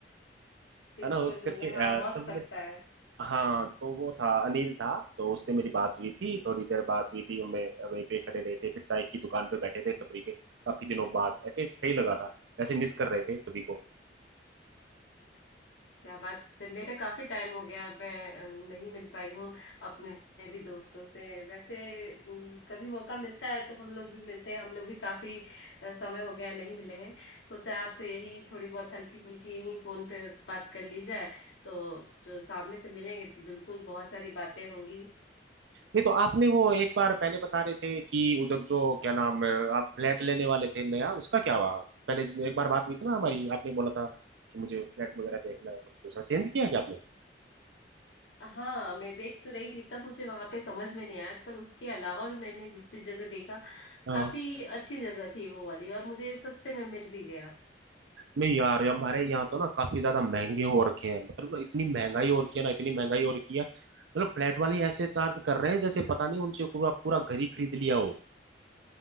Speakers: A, on the left; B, on the right.
A: बिल्कुल
B: है ना उस करके अ,
A: हाँ हो
B: तब
A: सकता है
B: हाँ तो वो था अनिल था तो उससे मेरी बात हुई थी थोड़ी देर बात हुई थी हमने वहीं पे खड़े रहे थे फिर चाय की दुकान पे बैठे थे टपरी पे काफी दिनों बाद ऐसे सही लगा था ऐसे मिस कर रहे थे सभी को
A: क्या बात है मेरे काफी टाइम हो गया मैं अम, नहीं मिल पाई हूँ अपने भी दोस्तों से वैसे अम, कभी मौका मिलता है तो हम लोग भी मिलते हैं हम लोग भी काफी अ, समय हो गया नहीं मिले हैं सोचा आपसे यही थोड़ी बहुत हल्की फुल्की यही फोन पे बात कर ली जाए तो जो सामने से मिलेंगे तो बिल्कुल बहुत सारी बातें होंगी
B: नहीं तो आपने वो एक बार पहले बता रहे थे कि उधर जो क्या नाम है, आप फ्लैट लेने वाले थे नया उसका क्या हुआ पहले एक बार बात हुई थी ना हमारी आपने बोला था कि मुझे फ्लैट वगैरह देखना है कुछ दूसरा चेंज किया क्या
A: हाँ मैं देख तो रही थी तब मुझे वहां पे समझ में नहीं आया पर उसके अलावा भी मैंने दूसरी जगह देखा
B: आपने
A: काफी अच्छी जगह थी वो वाली और मुझे सस्ते में मिल भी गया
B: नहीं यार हमारे यहाँ तो ना काफी ज्यादा महंगे हो रखे हैं मतलब इतनी महंगाई हो रखी है ना इतनी महंगाई हो रखी है मतलब फ्लैट वाले ऐसे चार्ज कर रहे हैं जैसे पता नहीं उनसे पूरा पूरा घर ही खरीद लिया हो